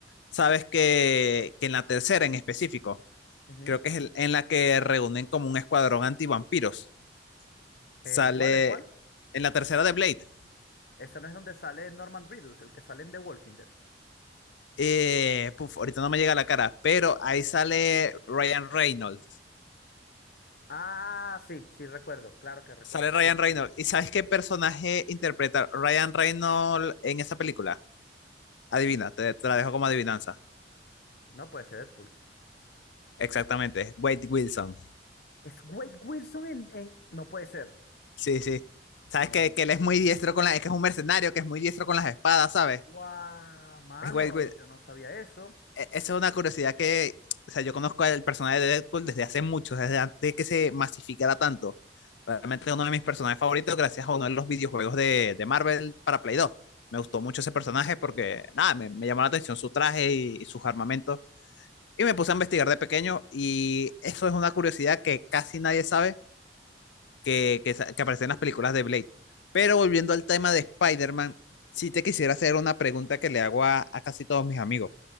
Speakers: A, on the left (about 75°); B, on the left (about 60°).
A: sabes que, que en la tercera en específico,
B: Ujú.
A: creo que es el- en la que reúnen como un escuadrón antivampiros,
B: ¿En
A: sale
B: cuál? ¿En cuál?
A: en la tercera de Blade,
B: Esta no es donde sale Norman Reedus, el que sale en The Walking Dead.
A: eh, puf, ahorita no me llega a la cara, pero ahí sale Ryan Reynolds.
B: Ah, sí, sí, recuerdo, claro que recuerdo,
A: Sale Ryan
B: sí.
A: Reynolds. ¿Y sabes qué personaje interpreta Ryan Reynolds en esa película? Adivina, te, te la dejo como adivinanza.
B: No puede ser Deadpool.
A: Exactamente, Wade Wilson.
B: Es Wade Wilson en, en- No puede ser.
A: Sí, sí. ¿Sabes
B: No,
A: que, que él es muy
B: no
A: diestro
B: me...
A: con la... Es que es un mercenario que es muy diestro con las espadas, ¿sabes?
B: ¡Guau! Mano,
A: Es Wade Wil-
B: yo no sabía eso.
A: e- esa es una curiosidad que, o sea, yo conozco al personaje de Deadpool desde hace mucho, desde antes que se masificara tanto. Realmente es uno de mis personajes favoritos gracias a uno de los videojuegos de, de Marvel para Play 2. Me gustó mucho ese personaje
B: Ujú,
A: porque, nada, me, me llamó la atención su traje y, y sus armamentos. Y me puse a investigar de pequeño y eso es una curiosidad que casi nadie sabe que, que, que aparece en las películas de Blade. Pero volviendo al tema de Spider-Man, sí te quisiera hacer una pregunta que le hago a, a casi todos mis amigos.